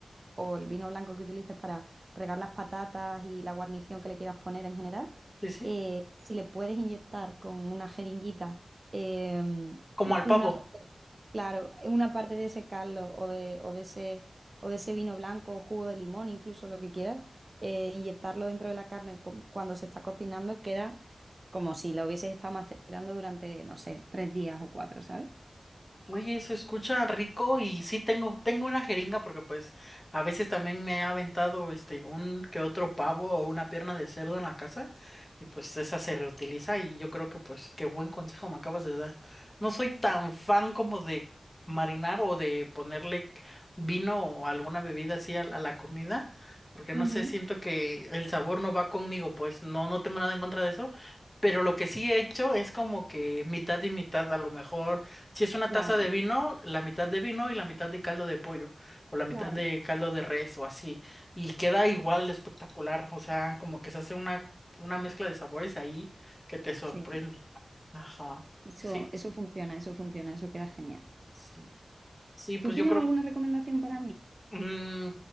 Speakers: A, on the right (about 40°); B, on the left (about 20°).
A: o el vino blanco que utilices para regar las patatas y la guarnición que le quieras poner en general,
B: sí, sí,
A: eh, si le puedes inyectar con una jeringuita em,
B: como al
A: una
B: pavo.
A: parte, claro, una parte de ese caldo o de, o de ese, o de ese vino blanco o jugo de limón, incluso lo que quieras, eh, inyectarlo dentro de la carne cu- cuando se está cocinando, queda como si lo hubieses estado macerando durante, no sé, tres días o cuatro, ¿sabes?
B: Oye, se escucha rico y sí tengo, tengo una jeringa porque pues a veces también me ha aventado este un que otro pavo o una pierna de cerdo en la casa y pues esa se reutiliza y yo creo que pues qué buen consejo me acabas de dar. No soy tan fan como de marinar o de ponerle vino o alguna bebida así a, a la comida porque no
A: Ujú,
B: sé, siento que el sabor no va conmigo, pues no, no tengo nada en contra de eso. Pero lo que sí he hecho es como que mitad y mitad, a lo mejor si es una
A: Claro,
B: taza de vino, la mitad de vino y la mitad de caldo de pollo, o la mitad
A: claro,
B: de caldo de res, o así. Y queda igual de espectacular. O sea, como que se hace una, una mezcla de sabores ahí que te sorprende.
A: sí.
B: Ajá.
A: Eso,
B: Sí,
A: eso funciona, eso funciona, eso queda genial.
B: sí. Sí, pues
A: ¿Tú tienes
B: yo creo.
A: alguna recomendación para mí?
B: mm,